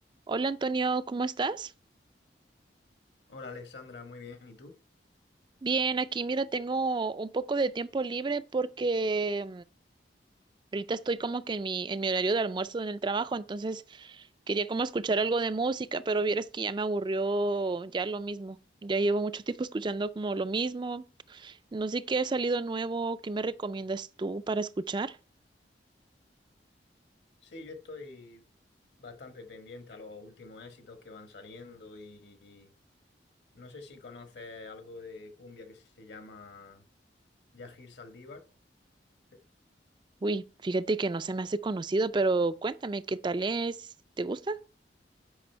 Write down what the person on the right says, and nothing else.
Hola Antonio, ¿cómo estás?
Bien, aquí mira, tengo un poco de tiempo libre porque mm, ahorita estoy como que en mi, en mi horario de almuerzo en el trabajo, entonces quería como escuchar algo de música, pero vieras que ya me aburrió ya lo mismo. Ya llevo mucho tiempo escuchando como lo mismo. No sé qué ha salido nuevo, ¿qué me recomiendas tú para escuchar?
Uy, fíjate que no se me hace conocido, pero cuéntame qué tal es, ¿te gusta?